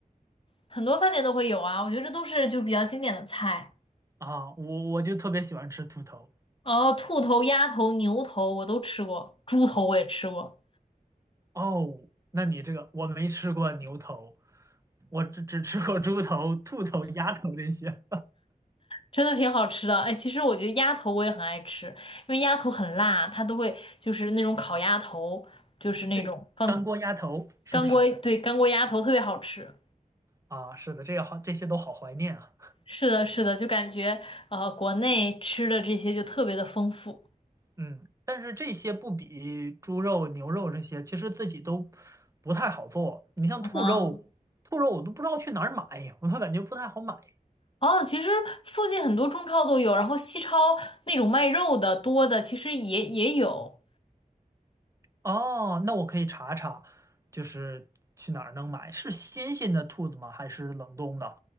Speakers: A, on the left; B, on the right.
A: 很多饭店都会有啊。我觉得这都是就比较经典的菜。
B: 啊，我我就特别喜欢吃兔头。
A: 哦，兔头、鸭头、牛头我都吃过，猪头我也吃过，
B: 哦，那你这个我没吃过牛头，我只只吃过猪头、兔头、鸭头这些。
A: 真的挺好吃的。哎，其实我觉得鸭头我也很爱吃，因为鸭头很辣，它都会就是那种烤鸭头，就是那种放
B: 对，干锅鸭头是不是？
A: 干锅，对，干锅鸭头特别好吃。
B: 啊，是的，这个好，这些都好怀念啊。
A: 是的，是的，就感觉呃，国内吃的这些就特别的丰富。
B: 嗯，但是这些不比猪肉、牛肉这些，其实自己都不太好做。你像兔肉，
A: 嗯，
B: 兔肉我都不知道去哪儿买，我都感觉不太好买。
A: 哦，其实附近很多中超都有，然后西超那种卖肉的多的，其实也也有。
B: 哦，那我可以查查，就是去哪儿能买？是新鲜的兔子吗？还是冷冻的？